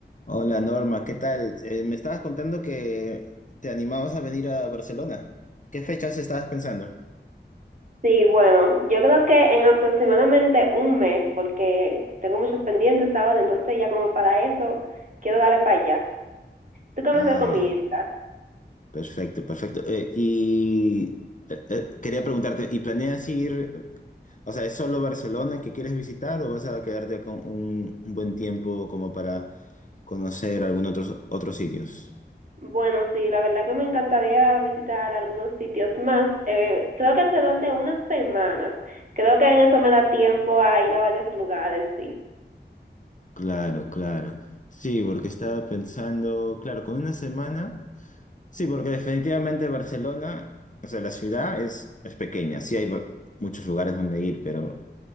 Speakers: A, on the left; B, on the right.
A: Hola Norma, ¿qué tal? Eh, me estabas contando que te animabas a venir a Barcelona. ¿Qué fechas estabas pensando?
B: Sí, bueno, yo creo que en aproximadamente un mes, porque tengo muchos pendientes ahora, entonces ya como para eso quiero darle para allá. ¿Tú qué
A: Ah,
B: me recomiendas?
A: ya. Perfecto, perfecto. Eh, y eh, eh, quería preguntarte, ¿y planeas ir, o sea, es solo Barcelona que quieres visitar o vas a quedarte con un, un buen tiempo como para conocer algunos otros otros sitios?
B: Bueno, sí, la verdad que me encantaría visitar algunos sitios más. Eh, creo que alrededor de una semana. Creo que en eso me da tiempo a ir a varios lugares, sí.
A: Claro, claro. Sí, porque estaba pensando, claro, con una semana. Sí, porque definitivamente Barcelona, o sea, la ciudad es, es pequeña, sí hay ba- muchos lugares donde ir, pero